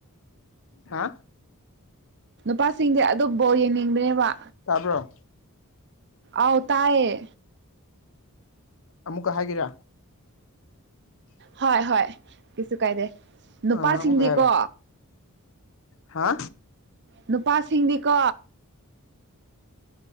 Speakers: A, on the left (about 65°); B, on the right (about 50°).
A: ꯍꯥ
B: ꯅꯨꯄꯥꯁꯤꯡꯗꯤ ꯑꯗꯨꯝ ꯕꯣꯜ ꯌꯦꯡꯅꯤꯡꯕꯅꯦꯕ
A: ꯇꯥꯕ꯭ꯔꯣ
B: ꯑꯥꯎ ꯇꯥꯏꯌꯦ
A: ꯑꯃꯨꯛꯀ ꯍꯥꯏꯒꯦꯔꯥ
B: ꯍꯣꯏ ꯍꯣꯏ ꯀꯩꯁꯨ ꯀꯥꯏꯗꯦ ꯅꯨꯄꯥꯁꯤꯡꯗꯤꯀꯣ
A: ꯑꯥ ꯑꯃꯨꯛꯀ ꯍꯥꯏꯔꯣ ꯍꯥ
B: ꯅꯨꯄꯥꯁꯤꯡꯗꯤꯀꯣ